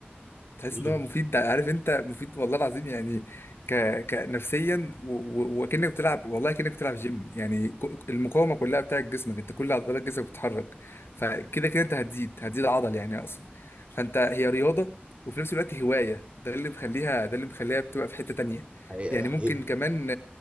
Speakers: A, on the left; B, on the right.
A: تحس
B: مم.
A: ان هو مفيد ده- عارف انت مفيد والله العظيم يعني ك... كنفسيا و... و... وكانك بتلعب والله كانك بتلعب جيم يعني ك... المقاومه كلها بتاعت جسمك انت كل عضلات جسمك بتتحرك فكده كده انت هتزيد هتزيد عضل يعني اصلا فانت هي رياضه وفي نفس الوقت هوايه ده اللي مخليها ده اللي مخليها بتبقى في حته تانية
B: حقيقي
A: يعني
B: حقيقي
A: ممكن كمان